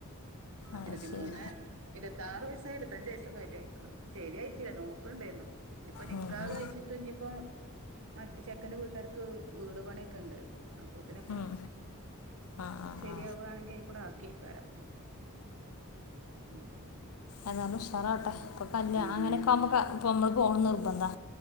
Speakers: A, on the right; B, on the left.
A: പത്തിരുത്തിമൂന്നെ
B: അത് ശരി
A: ഇരുപത്താര് വയസ്സായി ഇരുത്തഞ്ച് വയസ്സൊക്കെ ആയിട്ടായിരിക്കണ് ശെരിയട്ടില്ല നോക്കണ്ടേരുന്നു നിപ്പ നിക്കാഹ്
B: ഉം, ഉം,
A: കഴിച്ചിട്ട് ഇനിപ്പം മറ്റ് ചെക്കന്റെ വീട്ടാർക്ക് വീട് പണിയൊക്കെ ഇണ്ട് അപ്പത്തിനൊക്കെ
B: ഉം. ആ ആ
A: ശെരിയാവാണെങ്കി
B: ആ
A: ആയിക്കൂടെ ആക്കിക്കരാം ഉം
B: അതാർണ ഉഷാറട്ടെ
A: അങ്ങനെയൊക്കെ പറയണ്ട്
B: ഇപ്പ കല്യ
A: ഉം
B: അങ്ങനെക്കെമ്മാക്കാ പോമ്മള് പോണന്ന് നിർബന്ധാ